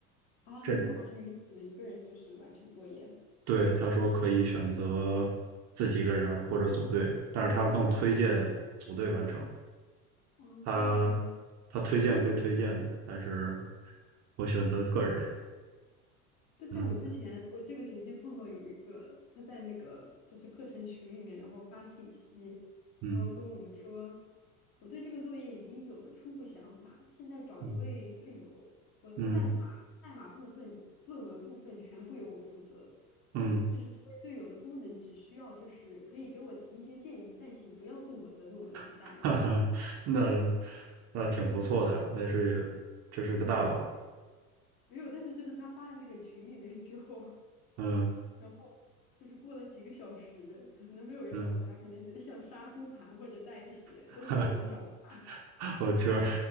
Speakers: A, on the left; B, on the right.
A: 啊，
B: 这
A: 你们老师允许你们一个人就是完成作业？
B: 对，他说可以选择自己一个人或者组队，但是他更推荐组队完成。
A: 啊，
B: 他他推荐归推荐的，
A: 这样。
B: 但是我选择个人。
A: 但但我之前我这个学期碰到有一个，
B: 嗯
A: 他在那个就是课程群里面，然后发信息，
B: 嗯
A: 然后跟我们说，我对这个作业已经有了初步想法，现在找一位队友，
B: 嗯
A: 我的代码代码部分、
B: 嗯
A: 论文部分全部由我负责，
B: 嗯，
A: 就是这位队友的功能只需要就是可以给我提一些建议，但请不要动我的论文和代码。
B: <laughs> 哈哈，那那挺不错的，那是这是个大佬。
A: 没有，但是就是他发的那个群里面之后。
B: 嗯
A: 然后就是过了几个小时，可能没有人找他，
B: 嗯，
A: 可能觉得像杀猪盘或者带血都没有人找他。
B: <laughs> 我觉得